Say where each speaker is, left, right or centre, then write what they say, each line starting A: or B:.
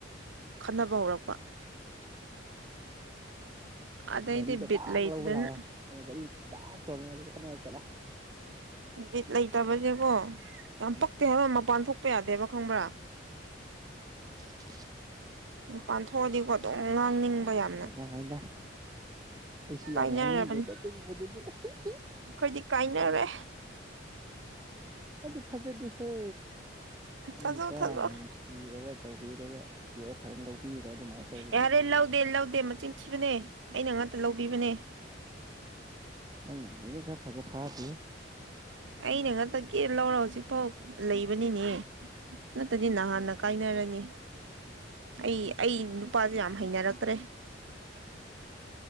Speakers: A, on the right (about 80°); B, on the right (about 20°).
A: ꯈꯟꯅꯕ ꯍꯧꯔꯛꯄ ꯑꯗꯩꯗꯤ
B: ꯒꯥꯔꯤ
A: ꯕꯤꯠ
B: ꯆ ꯇꯥꯛ
A: ꯂꯩꯇꯗꯅ
B: ꯂꯧꯕ ꯂꯥꯛꯑꯦ ꯑꯗꯨꯗ ꯒꯥꯔꯤ ꯇꯥꯛ ꯊꯣꯡꯉꯦ ꯑꯗꯨ ꯈꯠꯔ ꯆꯠꯂꯦ
A: ꯠ ꯂꯩꯇꯕꯁꯦꯕꯣ ꯌꯥꯝ ꯄꯛꯇꯦ ꯍꯥꯏꯕ ꯃꯄꯥꯟ ꯊꯣꯛꯄ ꯌꯥꯗꯦꯕ ꯈꯪꯕ꯭ꯔꯥ
B: <inaudible>
A: ꯎ ꯄꯥꯟꯊꯣꯛꯑꯗꯤꯀꯣ ꯑꯗꯨꯝ ꯉꯥꯡꯅꯤꯡꯕ
B: ꯍꯩꯗ
A: ꯌꯥꯝꯅ
B: ꯍꯩꯗ ꯍꯩꯗ ꯑꯩꯁꯨ
A: ꯀꯥꯏꯅꯔꯕꯅꯤ
B: ꯌꯥꯝ ꯉꯥꯡꯅꯤꯡꯗꯦꯗ ꯑꯗꯨꯒꯨꯝꯕꯗꯨꯗꯤ ꯑꯩ
A: ꯑꯩꯈꯣꯏꯗꯤ ꯀꯥꯏꯅꯔꯦ
B: ꯑꯗꯨꯗꯤ ꯐꯖꯗꯦꯍꯦ
A: ꯊꯥꯖꯧ
B: ꯅꯨꯄꯥꯅ
A: ꯊꯥꯖꯧ
B: ꯅꯨꯡꯁꯤ ꯏꯤꯔꯒ ꯇꯧꯕꯤꯔꯒ ꯀꯦꯌꯔ ꯐꯖꯅ ꯂꯧꯕꯤꯔꯦ ꯑꯗꯨꯃꯥꯏꯅ ꯇꯧꯔꯗꯤ
A: ꯌꯥꯔꯦ ꯂꯧꯗꯦ ꯂꯧꯗꯦ ꯃꯆꯤꯟ ꯊꯤꯕꯅꯦ ꯑꯩꯅ ꯉꯥꯛꯇ ꯂꯧꯕꯤꯕꯅꯦ
B: ꯅꯪꯗꯤ ꯈꯔ ꯐꯖ ꯐꯇ
A: ꯑꯩꯅꯦ ꯉꯥꯛꯇ ꯀꯦ ꯂꯧꯔ ꯍꯧꯖꯤꯛꯐꯥꯎ ꯂꯩꯕꯅꯤꯅꯦ ꯅꯠꯇꯗꯤ ꯅꯍꯥꯟꯅ ꯀꯥꯏꯅꯔꯅꯤ ꯑꯩ ꯑꯩ ꯅꯨꯄꯥꯁꯦ ꯌꯥꯝ ꯍꯩꯅꯔꯛꯇ꯭ꯔꯦ